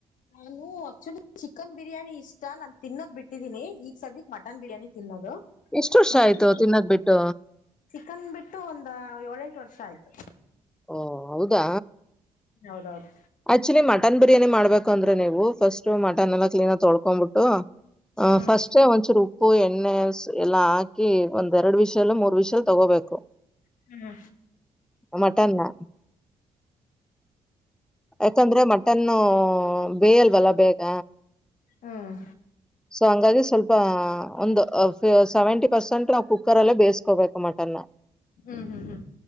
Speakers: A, on the left; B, in the centre.
A: ನಾನು ಆಕ್ಚುಲಿ ಚಿಕನ್ ಬಿರಿಯಾನಿ ಇಷ್ಟ ನಾನ್ ತಿನ್ನೋದ್ ಬಿಟ್ಟಿದ್ದೀನಿ ಈಗ ಸದ್ಯಕ್ ಮಟನ್ ಬಿರಿಯಾನಿ ತಿನ್ನೋದು.
B: ಎಷ್ಟು ವರ್ಷ
A: ಮಟನ್
B: ಆಯ್ತು
A: ಬಿರಿಯಾನಿ
B: ತಿನ್ನದ್ ಬಿಟ್ಟು
A: ಚಿಕನ್ ಬಿಟ್ಟು ಒಂದ ಏಳೆಂಟ ವರ್ ಷ ಆಯ್ತು.
B: ಓ ಹೌದಾ
A: ಹೌದೌದು
B: ಆಕ್ಚುಲಿ ಮಟನ್ ಬಿರಿಯಾನಿ ಮಾಡ್ಬೇಕಂದ್ರೆ ನೀವು ಫಸ್ಟ್ ಮಟನ್ ಎಲ್ಲ ಕ್ಲೀನ್ ಆಗಿ ತೊಳ್ಕೊಂಡ್ಬಿಟ್ಟು ಹ
A: ಹ್ಮ್
B: ಫಸ್ಟ್ <unintelligible> ಒಂಚ ರೂ ಉಪ್ಪು ಎಣ್ಣೆ <unintelligible> ಎಲ್ಲಾ ಹಾಕಿ ಒಂದ್ ಎರಡು ವಿಷಲು ಮೂರ್ ವಿಷಲ್ ತಗೋಬೇಕು.
A: ಹ್ಮ
B: ಮಟನ್ ನಾ. ಯಾಕಂದ್ರೆ ಮಟನು ಬೇಯಲ್ವಲ್ಲ ಬೇಗ
A: ಹ್ಮ್
B: ಸೊ ಹಂಗಾಗಿ ಸ್ವಲ್ಪ ಒಂದು <unintelligible> ಸೆವೆಂಟಿ ಪರ್ಸೆಂಟ್ ನಾವು ಕುಕ್ಕರ್ ಅಲ್ಲೇ ಬೇಸ್ ಕೋಬೇಕು ಮಟನ್ ನಾ
A: ಹ್ಮ್ ಹ್ಮ್ ಹ್ಮ್